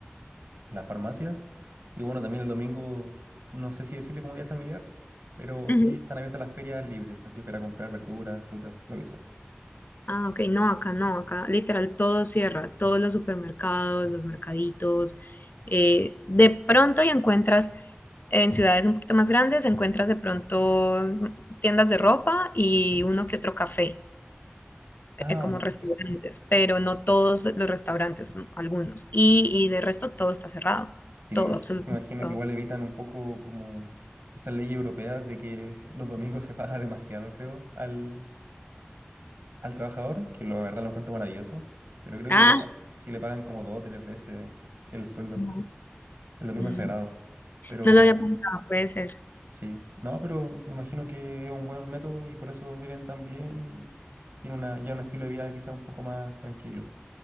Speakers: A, on the right (about 75°); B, on the left (about 50°).
A: las farmacias. Y bueno, también el domingo, no sé si decirle como día familiar, pero
B: ujú.
A: sí están abiertas las ferias libres, así para comprar verduras, frutas, lo que sea.
B: Ah, ok, no, acá no, acá literal todo cierra, todos los supermercados, los mercaditos. eh, de pronto y encuentras en ciudades un poquito más grandes, encuentras de pronto mm, tiendas de ropa y uno que otro café eh,
A: Ah,
B: como restaurantes, pero no todos los restaurantes, no, algunos. Y, y de resto todo está cerrado,
A: Sí,
B: todo,
A: me imagi-
B: absolutamente
A: me imagino
B: todo.
A: que igual evitan un poco como estas leyes europeas de que <laughs> los domingos se paga demasiado, creo, al, al trabajador, que lo- la verdad lo encuentro maravilloso, pero creo
B: Ah,
A: que le, pa- si le pagan como dos o tres veces el sueldo.
B: no,
A: El domingo
B: mm,
A: es sagrado. Pero
B: no lo había pensado, puede ser.
A: sí, no, pero me imagino que es un buen método y por eso viven tan bien y tienen una, ya un estilo de vida quizá un poco más tranquilo.